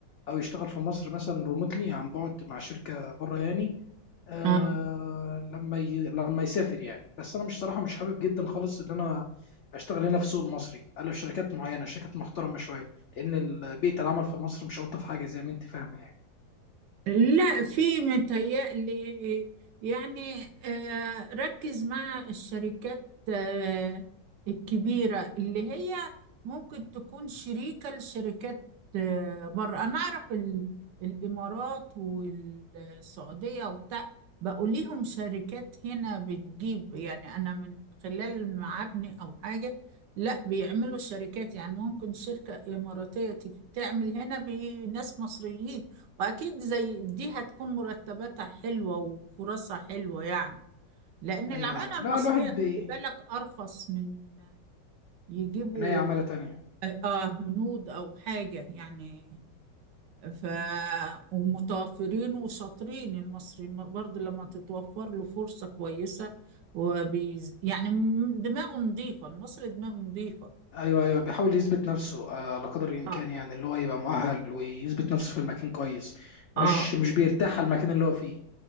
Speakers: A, on the left (about 80°); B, on the right (about 75°).
A: او يشتغل في مصر مثلا ريموتلي عن بعد مع شركه بره يعني آه
B: آه
A: لما ي... لما يسافر يعني بس انا مش صراحه مش حابب جدا خالص ان انا اشتغل هنا في السوق المصري الا في شركات معينه شركات محترمه شويه لان ال- بيئه العمل في مصر مش الطف حاجه زي ما انت فاهمه يعني
B: لا في متهيألي يعني آه، ركز مع الشركات آه، الكبيرة اللي هي ممكن تكون شريكة لشركات آه، بره أنا أعرف ال- الإمارات والسعودية وبتاع بقوا ليهم شركات هنا بتجيب يعني أنا من خلال معابني أو حاجة لا بيعملوا شركات يعني ممكن شركة إماراتية تيجي تعمل هنا بناس مصريين واكيد زي دي هتكون مرتباتها حلوة وفرصها حلوة يعني لان العمالة
A: ايوه ايوه
B: المصرية
A: لا الواحد
B: خلي
A: بي...
B: بالك ارخص من يجيبوا
A: عينيا عماله تانيه
B: اه آه، هنود او حاجة يعني ف ومتوفرين وشاطرين المصري برضه لما تتوفر له فرصة كويسة وبيز... يعني دماغه نظيفة المصري دماغه نظيفة
A: ايوه ايوه بيحاول يثبت نفسه آه، على قدر الامكان
B: اه
A: يعني اللي هو يبقى مؤهل ويثبت نفسه في المكان كويس مش
B: اه
A: مش بيرتاح على المكان اللي هو فيه